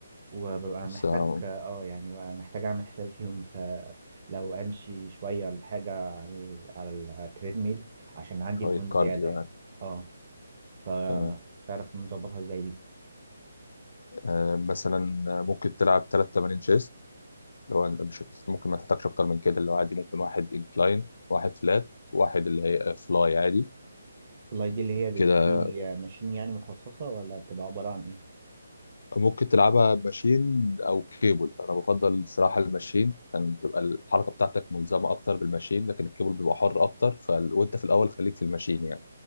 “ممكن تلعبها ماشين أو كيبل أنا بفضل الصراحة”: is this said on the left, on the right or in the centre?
Left